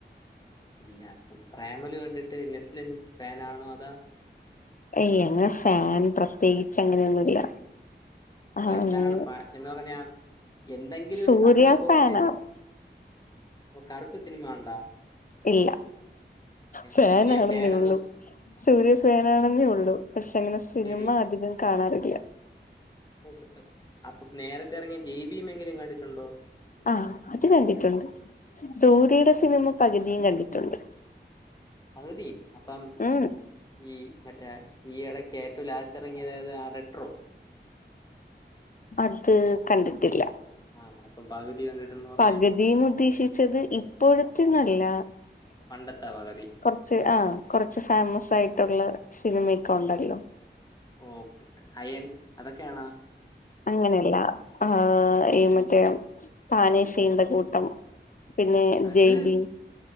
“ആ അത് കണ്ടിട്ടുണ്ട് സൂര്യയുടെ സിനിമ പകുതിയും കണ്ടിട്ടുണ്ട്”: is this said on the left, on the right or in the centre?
Left